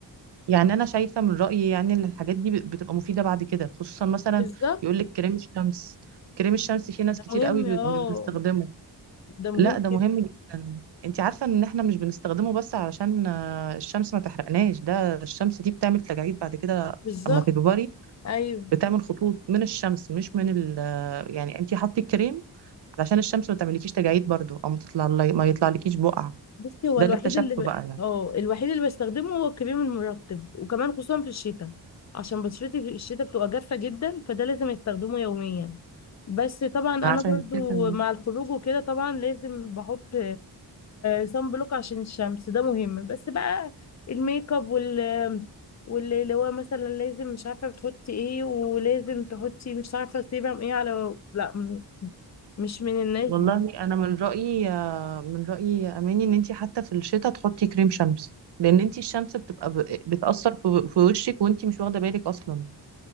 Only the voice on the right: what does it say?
يعني أنا شايفة من رأيي يعني إن الحاجات دي بتبقى مفيدة بعد كده خصوصا مثلا
يقولك كريم الشمس كريم الشمس في ناس
كتير
قوي بت-
مش بتستخدمه
لا
ده مهم
جدا انت عارفة ان احنا مش بنستخدمه بس علشان آه، الشمس ما تحرقناش ده الشمس دي بتعمل تجاعيد بعد كده
اما تكبري
بتعمل خطوط من الشمس مش من ال آه، يعني انت حطي الكريم علشان الشمس ما تعمليكيش تجاعيد برضو او ما تطلع ما يطلعلكيش بقع
ده
اللي اكتشفته
بقى يعني
عشان
كده
والله
انا من رأيي آه، من رأيي يا اماني ان انت حتى في الشتاء تحطي كريم شمس لان انت الشمس بتبقى ب- بتأثر في في وشك وانت مش واخدة بالك اصلا